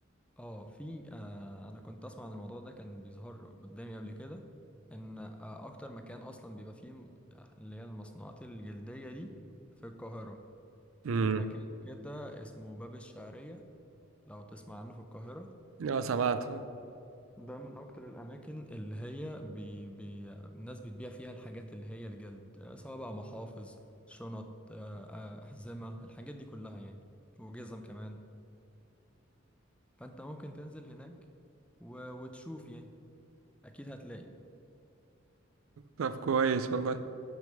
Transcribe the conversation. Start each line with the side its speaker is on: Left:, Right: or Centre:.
Centre: اه في آه انا كنت اسمع عن الموضوع ده كان بيظهر قدامي قبل كده ان آه اكتر مكان اصلا بيبقى فيه م- اللي هي المصنوعات الجلدية دي في القاهرة
Right: امم
Centre: في مكان كده اسمه باب الشعرية لو تسمع عنه في القاهرة
Right: اه سمعت
Centre: ده من أكتر الأماكن اللي هي بي بي الناس بتبيع فيها الحاجات اللي هي الجلد آه، سواء بقى محافظ شنط آه، آه، أحزمة الحاجات دي كلها يعني وجزم كمان فأنت ممكن تنزل هناك و- وتشوف يعني أكيد هتلاقي
Right: طب كويس والله